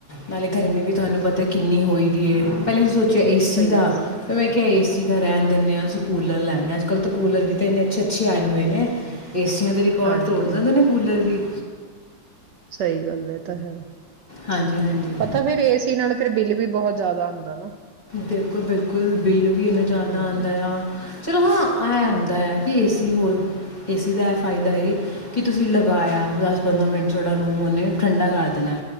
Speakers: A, on the left (about 25°); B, on the right (about 70°).
A: ਨਾਲੇ ਗਰਮੀ ਵੀ ਤੁਹਾਨੂੰ ਪਤਾ ਕਿੰਨੀ ਹੋਈ ਦੀ ਪਈ ਏ ਪਹਿਲਾ ਅਸੀਂ ਸੋਚ ਏ ਸੀ
B: ਸਹੀ
A: ਦਾ
B: ਗੱਲ ਹੈ
A: ਫਿਰ ਮੈਂ ਕਿਹਾ ਏ ਸੀ ਏ ਸੀ ਦਾਂ ਰਹਿਣ ਦਿੰਦੇ ਹਾਂ ਅਸੀਂ ਕੂਲਰ ਲੈਦੇ ਹਾਂ ਅੱਜ ਕੱਲ ਤਾਂ ਕੂਲ ਵੀ ਤਾਂ ਇੰਨੇ ਅੱਛੇ ਅੱਛੇ ਆਏ ਹੋਏ ਨੇ ਏਸੀਆਂ ਦੇ ਰਿਕਾਰਡ
B: ਹਾਂਜੀ
A: ਤੋੜ ਦਿੰਦੇ ਨੇ ਕੂਲਰ ਵੀ
B: ਸਹੀ ਗੱਲ ਹੈ ਤਾਂ ਹੈ
A: ਹਾਂਜੀ-ਹਾਂਜੀ
B: ਪਤਾ ਫੇਿਰ ਏਸੀ ਨਾਲ ਫਿਰ ਬਿੱਲ ਵੀ ਬਹੁਤ ਜ਼ਿਆਦਾ ਹੁੰਦਾ ਨਾ
A: ਬਿਲਕੁਲ ਬਿਲਕੁਲ ਬਿੱਲ ਵੀ ਇੰਨਾ ਜ਼ਿਆਦਾ
B: ਹਮ
A: ਆਉਂਦਾ ਆ ਫਿਰ ਹਾਂ ਇਹ ਹੁੰਦਾ ਹੈ ਕਿ ਏਸੀ ਹੋ ਏਸੀ ਦਾ ਫਾਇਦਾ ਇਹ ਕਿ ਤੁਸੀਂ ਲਗਾਇਆ ਦਸ ਪੰਦਰਾਂ ਮਿੰਟ ਥੋੜਾ ਰੂਮ ਉਹਨੇ ਠੰਡਾ ਕਰ ਦੇਣਾ